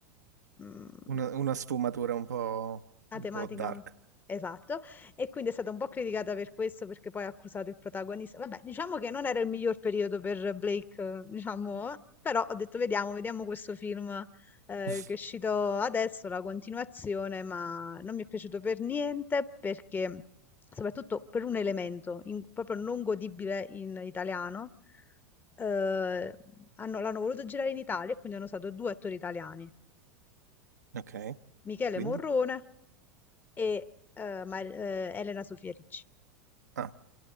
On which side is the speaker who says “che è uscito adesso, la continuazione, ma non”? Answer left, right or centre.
Left